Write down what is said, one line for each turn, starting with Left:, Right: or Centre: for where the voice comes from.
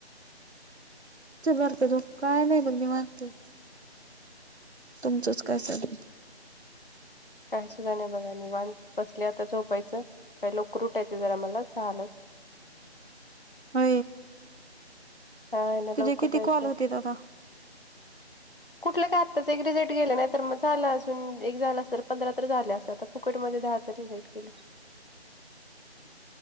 Right: बारक तो काय नाही बघ मी मानते तुमचंच काय चालल.
Left: काय सु जााण बघा नि वाांध बसली आता झोपायचं काही लोकर रुटायचे जरा मला झाहालच.
Right: अ
Left: हा आहे ना
Right: तुझे
Left: लवकर
Right: किती
Left: जायचं
Right: कॉल होते आता.
Left: कुठलं काय आत्ताच एक रिझलट गेलं नाही तर मग झालं अजून एक झालं अस तर पंधरा तर झाले असतात तर. फुकट ममध्ये दहा रिझट केले.
Right: <inaudible>